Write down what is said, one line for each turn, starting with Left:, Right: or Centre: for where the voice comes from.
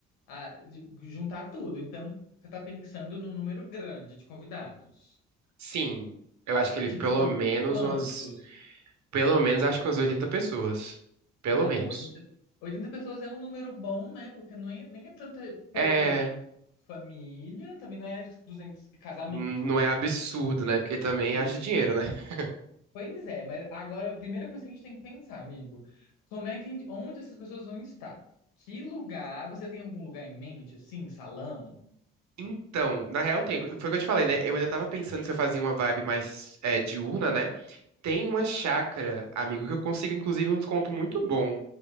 Left: ah, de- juntar tudo. Então, você tá pensando num número grande de convidados.
Right: Sim, eu acho que ele
Left: Tipo,
Right: pelo menos
Left: quantos?
Right: umas. Pelo menos acho que umas 80 pessoas. Pelo
Left: Tá,
Right: menos.
Left: não, oitenta oitenta pessoas é um número bom, né? Porque não é, nem é tanta pouca
Right: É.
Left: gente. Família também não é 200 de casamento,
Right: n- Não
Left: né?
Right: é absurdo, né? Porque também
Left: Isso.
Right: haja dinheiro, né? <laughs>
Left: Pois é, mas agora a primeira coisa que a gente tem que pensar, amigo, como é que a gente, onde essas pessoas vão estar? Que lugar? Você tem algum lugar em mente, assim, salão?
Right: Então, na real, tem. Foi o que eu te falei, né? Eu ainda tava pensando se eu fazia uma vibe mais é, diurna, né? Tem uma chácara, amigo, que eu consigo, inclusive, um desconto muito bom.